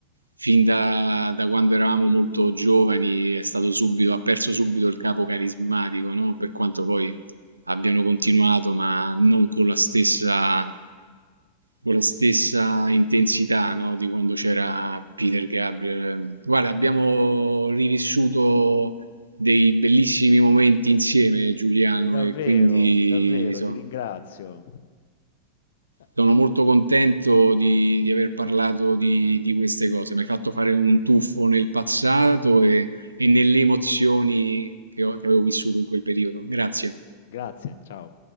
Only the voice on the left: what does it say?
davvero,
davvero,
ti ringrazio. Eh,
eh, Grazie, ciao.